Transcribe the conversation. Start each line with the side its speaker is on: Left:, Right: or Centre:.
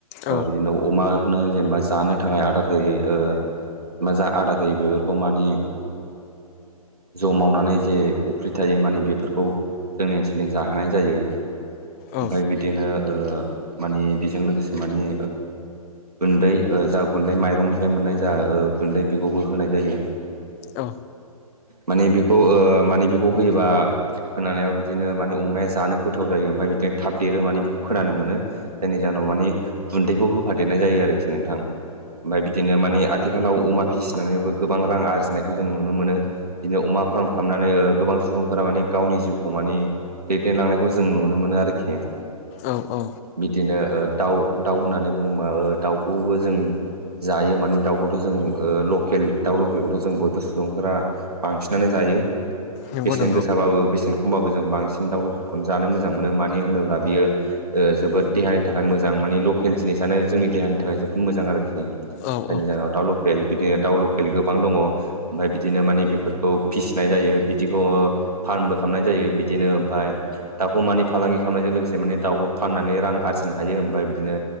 Left: औ
Right: बिदिनो अमा नो जेनेबा जानो थाखाय आदार होयो। मा जा आदार होयो बेफोरखौ माने जौ मावनानै जे अफ्रि थायो माने बेफोरखौ जोंनि ओनसोलनि जाहोनाय जायो। ओमफ्राय
Left: औ
Right: बिदिनो माने जों लोगोसे माने गुन्दै जा गुन्दै माइरंनिफ्राय मोननाय जा गुन्दै बेखौबो होनाय जायो।
Left: औ।
Right: माने बेखौ माने बेखौ होयोबा खोनानायाव बिदिनो माने अमाया जानो गोथाव जायो। ओमफ्राय बिदिनो थाब देरो माने बेखौ खोनानो मोनो। जायनि जाहोनाव मानि गुन्दैखौ होफादेरनाय जायो आरोखि नोंथां। ओमफ्राय बिदिनो मानि आथिखालाव अमा फिसिनानैबो गोबां रां आरजिनायखौ जों नुनो मोनो। बिदिनो अमा फार्म खालामनानै गोबां सुबुंफोरा माने गावनि जिउखौ माने दैदेनलांनायखौ जों नुनो मोनो आरोखि।
Left: औ औ।
Right: बिदिनो दाउ दाउ होननानै बुङोबा दाउखौबो जों जायो। माने दाउखौथ' जों लकेल दाउ लकेलखौथ' जों बयबो सुबुंफोरा बांसिनानो जायो।
Left: नंगौ
Right: बेसेन
Left: नंगौ
Right: गोसाबाबो बेसेन खमबाबो जों बांसिन दाउ लकेलखौनो जानो मोजां मोनो। मानो होनोब्ला बियो जोबोद देहानि थाखाय मोजां मानि लकेल जिनिसानो जोंनि देहानि थाखाय जोबोद मोजां आरोखि।
Left: औ
Right: जायनि
Left: औ
Right: जाहोनाव दाउ लकेल बिदिनो दाउ लकेल गोबां दङ। ओमफ्राय बिदिनो मानि बेफोरखौ फिसिनाय जायो। बिदिखौ फार्मबो खालामनाय जायो बिदिनो ओमफाय दाउखौ माने फालांगि खालामनायजों लोगोसे माने दाउखौ फाननानै रां आरजिनो हायो। ओमफ्राय बिदिनो